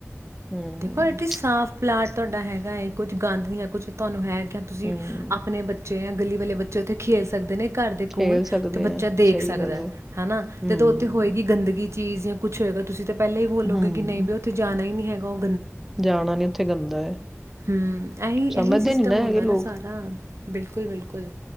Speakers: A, in the centre; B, on the right.
A: ਹਮ
B: ਦੇਖੋ ਇਹਟੀ ਸਾਫ਼ ਪਲਾਟ ਤੁਹਾਡਾ ਹੈਗਾ ਏ ਕੁੱਝ ਗੰਦ ਦੀ ਹੈ ਕੁੱਛ ਤੁਹਾਨੂੰ ਹੈਗਾ ਤੁਸੀਂ
A: ਹਮ
B: ਆਪਣੇ ਬੱਚੇ ਜਾਂ ਗਲੀ ਵੇਲੇ ਬੱਚੇ ਉੱਥੇ ਖੇਲ ਸਕਦੇ ਨੇ ਘਰ ਦੇ
A: ਖੇਲ
B: ਕੋਲ
A: ਸਕਦੇ
B: ਤੇ ਬੱਚਾ
A: ਆ
B: ਦੇਖ
A: ਸਹੀ
B: ਸਕਦਾ
A: ਗੱਲ ਆ
B: ਹਨਾ
A: ਹਮ
B: ਜਦੋਂ ਉੱਥੇ ਗੰਦਗੀ ਚੀਜ਼ ਜਾਂ ਕੁਛ ਹੋਏਗਾ ਤੁਸੀਂ ਤਾਂ ਪਹਿਲੇਾਂ ਹੀ ਬੋਲੋਗੇ
A: ਹੂੰ,
B: ਕਿ ਨਹੀਂ ਵੀ ਉੱਥੇ ਜਾਣਾ ਹੀ ਨਹੀਂ ਹੈ ਉਹ
A: ਜਾਣਾ ਨੀ ਉੱਥੇ ਗੰਦਾ
B: ਹਮ ਇਹੀ
A: ਸਮਝਦੇ
B: ਇਹੀ ਸਿਸਟਮ
A: ਨੀ ਹੈਗੇ
B: ਆਉਦਾ
A: ਲੋਕ।
B: ਨਾ ਸਾਰਾ ਬਿਲਕੁਲ ਬਿਲਕੁਲ